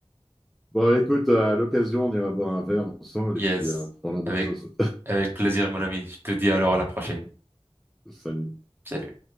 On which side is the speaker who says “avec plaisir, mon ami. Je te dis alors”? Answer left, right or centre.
Right